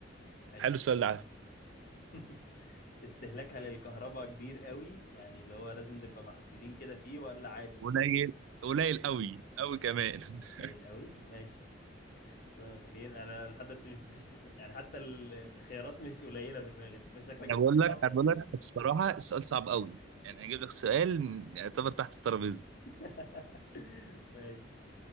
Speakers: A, on the left; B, on the right.
A: ماشي
B: حلو السؤال ده على فكره
A: <laughs> استهلاكها للكهرباء كبير قوي يعني اللي هو لازم نبقى محدودين كده فيه ولا عادي
B: قليل قليل قوي قوي كمان <laughs>
A: قليل قوي ماشي يعني إيه؟ انا لحد دلوقتي مش مش- يعني حتى ال- الخيارات مش قليله في دماغي أنت شكلك جبت
B: انا بقول
A: حاجه
B: لك
A: صعبه
B: انا
A: فعلا
B: بقول لك الصراحه السؤال صعب قوي يعني اجيب لك سؤال يعتبر تحت الترابيزه
A: <laughs> ماشي